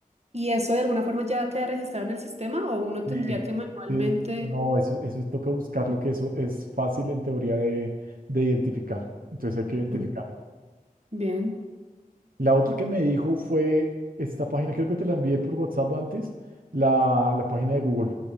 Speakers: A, on the right; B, on the right.
A: ¿Y eso de alguna forma ya queda registrado en el sistema o uno tendría
B: Sí,
A: que manualmente...
B: sí. No, eso, eso toca buscarlo, que eso es fácil en teoría de, de identificar. Entonces hay que identificarlo.
A: Mm, Bien.
B: La otra que me dijo fue esta página, creo que te la envié por WhatsApp antes, la, la página de Google.